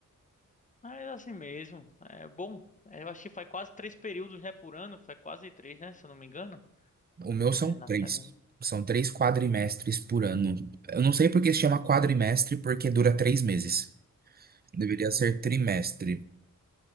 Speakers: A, on the left (about 25°); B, on the right (about 30°).
A: Mas é assim mesmo. É bom. Eu acho que faz quase três períodos, né, por ano. Faz quase três, né, se eu não me engano.
B: O meu são
A: É,
B: três.
A: na federal.
B: São três quadrimestres por ano. Eu não sei por que se chama quadrimestre, porque dura três meses. Deveria ser trimestre.